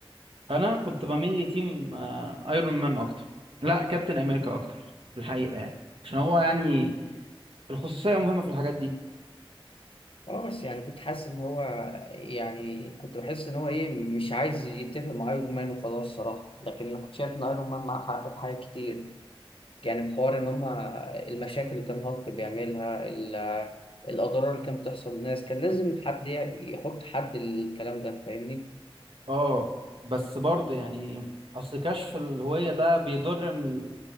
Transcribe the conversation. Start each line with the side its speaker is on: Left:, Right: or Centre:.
Right: انا كنت بميل لتيم آه، ايرون مان اكتر لا كابتن امريكا اكتر في الحقيقة يعني عشان هو يعني الخصوصية مهمة في الحاجات دي
Left: اه بس يعني كنت حاسس ان هو يعني كنت بحس ان هو ايه مش عايز يتفق مع ايرون مان وخلاص صراحه لكن انا كنت شايف ان ايرون مان معاه حق في حاجات كتير يعني بحوار إن هما المشاكل اللي كان هالك بيعملها ال- الأضرار اللي كانت بتحصل للناس كان لازم حد ي- يحط حد للكلام ده فاهمني
Right: اه بس برضه يعني اصل كشف الهوية ده بيضر ال-